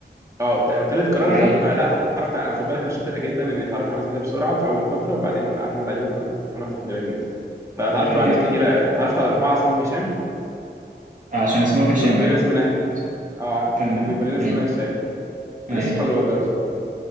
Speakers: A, on the right; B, on the right.
A: اه ت- وتالت قرار
B: طبيعية
A: خدته لا اتعرفت انا خد بالك انا شاطر جدا اني اتعرف على ناس جديده بسرعه في اول فتره وبعدين اعتمد عليهم و- و- وانفض لباقي الناس فاتعرفت
B: أيوه
A: بقى على ناس
B: أيوه
A: كتيره اتعرفت على اربعه اسمهم هشام
B: عشان اسمهم
A: فكنا
B: هشام
A: كلنا
B: أكتر
A: اسمنا
B: عشان
A: اه عارف.
B: كان
A: كنا كلنا اسمنا
B: أيوه
A: هشام
B: أيوه
A: ولسه صحابي
B: أيوه
A: لغايه دلوقتي والله